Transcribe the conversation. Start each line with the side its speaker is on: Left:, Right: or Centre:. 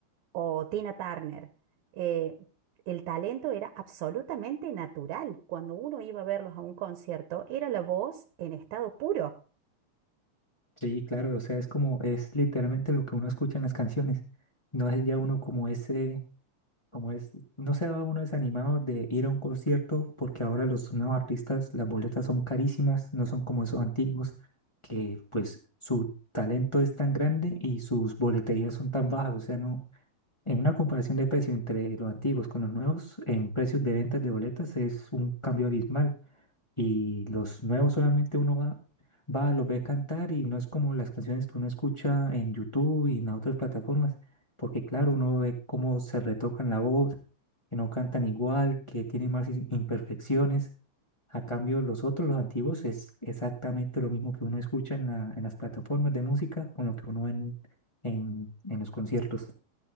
Right: o Tina Turner, eh, el talento era absolutamente natural. Cuando uno iba a verlos a un concierto, era la voz en estado puro.
Left: Sí, claro, o sea, es como, es literalmente lo que uno escucha en las canciones. No es ya uno como ese Como es, no se va uno desanimado de ir a un concierto porque ahora los nuevos artistas, las boletas son carísimas, no son como esos antiguos, que pues su talento es tan grande y sus boleterías son tan bajas. O sea, no, en una comparación de precio entre los antiguos con los nuevos, en precios de ventas de boletas es un cambio abismal. Y los nuevos solamente uno va, va, los ve cantar y no es como las canciones que uno escucha en YouTube y en las otras plataformas, porque claro, uno ve cómo se retocan la voz, que no cantan igual, que tienen más i- imperfecciones. A cambio, los otros, los antiguos, es exactamente lo mismo que uno escucha en la- en las plataformas de música con lo que uno ve en, en en los conciertos.